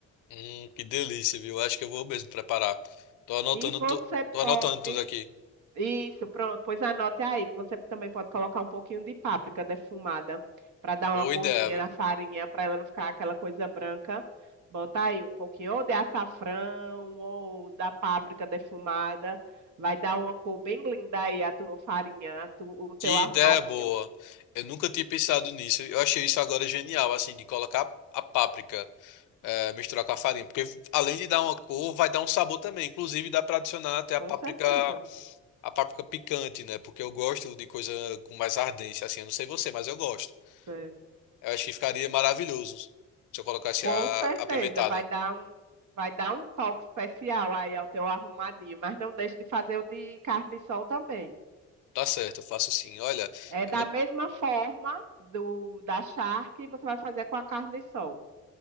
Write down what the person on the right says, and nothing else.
E você
pode
Isso, pronto. Pois anote aí que você também pode colocar um pouquinho de páprica defumada para dar
uma corzinha
na farinha, para ela não ficar aquela coisa branca. Bota aí um pouquinho ou de açafrão ou da páprica defumada. Vai dar uma cor bem linda aí a tua farinha, a tu- o teu
arrumadinho.
Com
certeza.
Sei.
Com
certeza
vai dar um vai dar um toque especial aí ao teu arrumadinho, mas não deixe de fazer o de carne de sol também.
É
da
mesma forma do da charque, você vai fazer com a carne de sol.